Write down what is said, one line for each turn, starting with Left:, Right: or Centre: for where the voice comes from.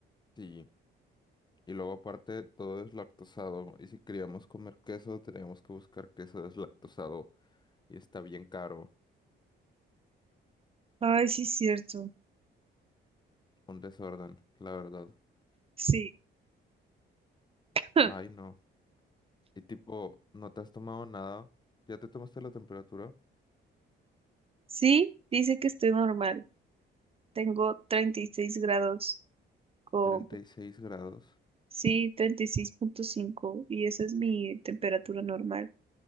Left: Sí. Y luego aparte todo es lactosado. Y si queríamos comer queso, teníamos que buscar queso deslactosado. Y está bien caro.
Right: Ay, sí, es cierto.
Left: Un desorden, la verdad.
Right: Sí. <laughs>
Left: Ay, no. Y tipo, no te has tomado nada. Ya te tomaste la temperatura.
Right: Sí, dice que estoy normal. Tengo 36 grados o
Left: treinta y seis grados.
Right: sí, treinta y seis punto cinco y esa es mi temperatura normal.